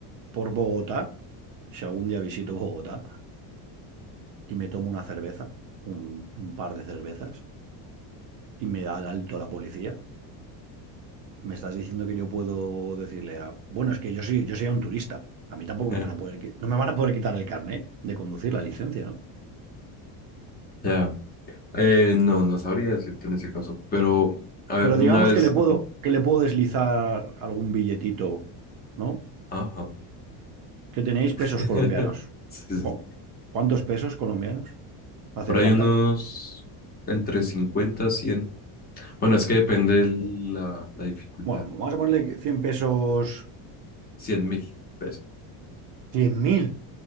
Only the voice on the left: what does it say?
<laughs>
Ya. Eh, no, no sabría decirte en ese caso, pero, a ver,
una
vez,
ujú,
ajá.
<laughs>
Sí, sí.
Por ahí
unos entre 50, 100, Bueno, es que depende la, la dificultad.
cien mil pesos.